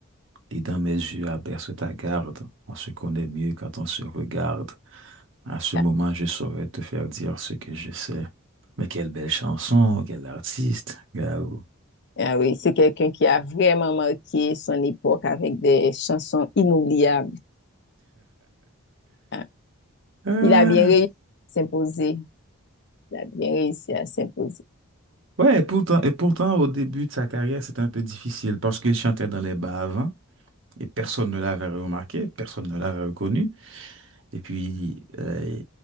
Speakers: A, on the right; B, on the left.
A: et dans mes yeux abaisse ta garde, on se connaît mieux quand on se regarde. À ce
B: Ah
A: moment, je saurais te faire dire ce que je sais. Mais quelle belle chanson, quel artiste, Gao.
B: ah oui, c'est quelqu'un qui a vraiment marqué son époque avec des chansons inoubliables. Ah,
A: Euh,
B: Il a bien réussi à s'imposer. Il a bien réussi à s'imposer.
A: ouais, et pourtant, et pourtant, au début de sa carrière, c'était un peu difficile parce qu'il chantait dans les bars avant et personne ne l'avait remarqué, personne ne l'avait reconnu. Et puis, euh,